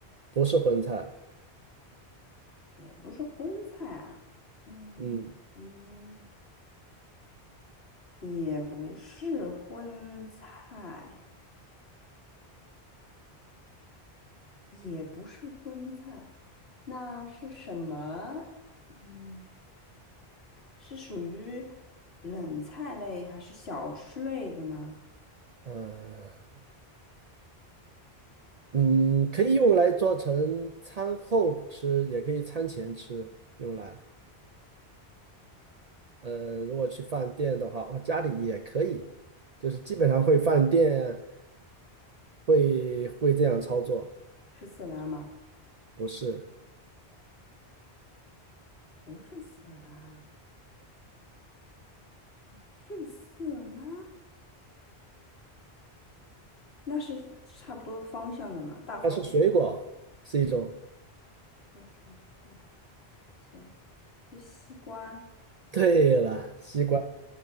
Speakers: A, on the right (about 50°); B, on the left (about 70°).
A: 不是荤菜，
B: 也不是荤菜啊。嗯嗯，
A: 嗯，
B: 也不是荤菜，也不是荤菜，那是什么？嗯，是属于冷菜类还是小吃类的呢？
A: 呃。嗯，可以用来做成餐后吃，也可以餐前吃，用来。呃，如果去饭店的话，哦，家里也可以，就是基本上会饭店会会这样操作，
B: 是色拉吗？
A: 不是，
B: 不是色拉，是色拉，那是差不多方向的嘛，大方向。
A: 它是水果，是一种。
B: 这是个切，是西瓜，
A: 对了，西瓜，